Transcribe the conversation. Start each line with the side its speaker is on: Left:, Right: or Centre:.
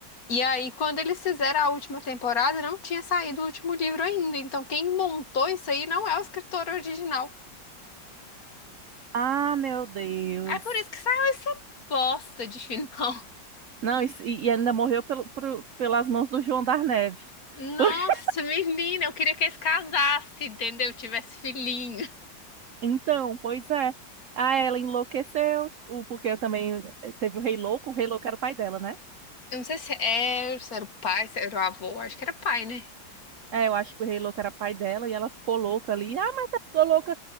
Left: E aí, quando eles fizeram a última temporada, não tinha saído o último livro ainda. Então, quem montou isso aí não é o escritor original.
Right: Ah, meu Deus.
Left: É por isso que saiu essa bosta de final. <laughs>
Right: Não, isso- e, e ainda morreu pelo, pro- pelas mãos do João da Neve.
Left: Nossa,
Right: <laughs>
Left: menina, eu queria que eles casassem, entendeu? Tivesse filhinho.
Right: Então, pois é. Ah, ela enlouqueceu, o- porque também eh, teve o Rei Louco, o Rei Louco era o pai dela, né?
Left: Eu não sei se era, se era o pai, se era o avô, acho que era pai, né?
Right: É, eu acho que o Rei Louco era pai dela e ela ficou louca ali. Ah, mas tá ficou louca,